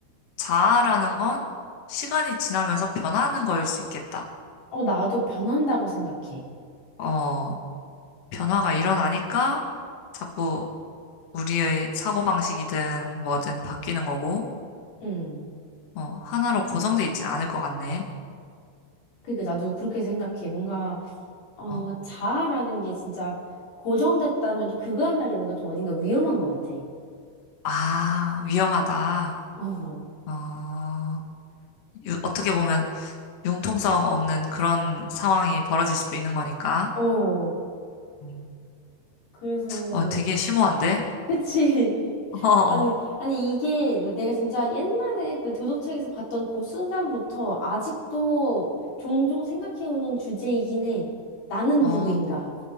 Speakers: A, on the left (about 50°); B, on the left (about 70°).
A: 자아라는 건 시간이 지나면서 변하는 거일 수 있겠다.
B: 어, 나도 변한다고 생각해.
A: 어, 변화가 일어나니까 자꾸 우리의 사고방식이든 뭐든 바뀌는 거고,
B: 음.
A: 어, 하나로 고정돼 있진 않을 것 같네.
B: 그러니까 나도 그렇게 생각해. 뭔가, 어,
A: 어, 어.
B: 자아라는 게 진짜 고정됐다면 또 그거야말로 뭔가 좀 어딘가 위험한 것 같아.
A: 아, 위험하다.
B: 어,
A: 어, 유- 어떻게 보면 융통성 없는 그런 상황이 벌어질 수도 있는 거니까.
B: 어.
A: 음.
B: 그래서,
A: 어, 되게 심오한데?
B: 그치. <laughs>
A: <laughs> 어,
B: 아니, 아니, 이게 내가 진짜 옛날에 그 도덕책에서 봤던 그 순간부터 아직도 종종 생각해오는 주제이긴 해. 나는
A: 어,
B: 누구인가?